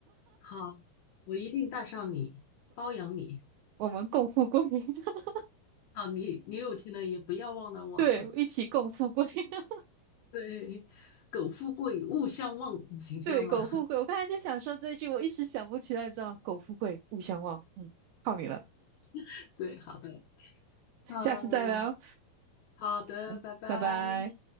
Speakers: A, on the left; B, on the right.
A: 好，我一定带上你，包养你。
B: 我们共富贵。<laughs>
A: 啊，你你有钱了也不要忘了我。
B: 对，
A: <laughs>
B: 一起共富贵。<laughs>
A: 对，苟富贵，勿相忘，你知道吗？
B: 对，苟富贵。我刚才就想说这一句，我一时想不起来，你知道吗？苟富贵，勿相忘。嗯，靠你了，
A: <laughs> 对，好的，啊，
B: 下次再聊。
A: 好的，
B: 嗯拜拜。
A: 拜拜。